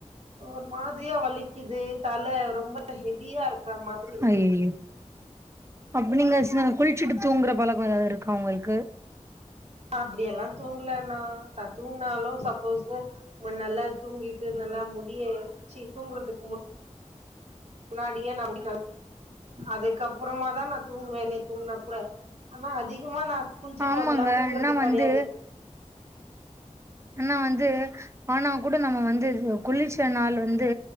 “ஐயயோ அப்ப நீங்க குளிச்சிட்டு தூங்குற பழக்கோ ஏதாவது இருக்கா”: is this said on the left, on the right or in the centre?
Right